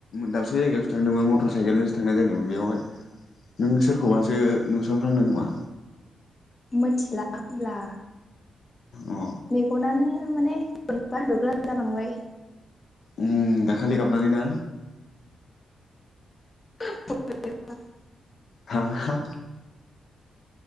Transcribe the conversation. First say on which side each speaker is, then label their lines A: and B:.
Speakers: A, on the left (about 65°); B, on the left (about 25°).
A: दाबसे जायगायावसो थांदोंमोन मटर साइकेलजोंसो थांनाय जादोंमोन बेयावहाय नों सोरखौबासो नुसनफ्लांदों खोमा
B: मोनथिला होमब्ला
A: अ
B: मेगनानो माने बोरैबा नुग्रा जालांबाय
A: ओम दाखालि गाबनानै ना
B: <unintelligible>
A: हा हा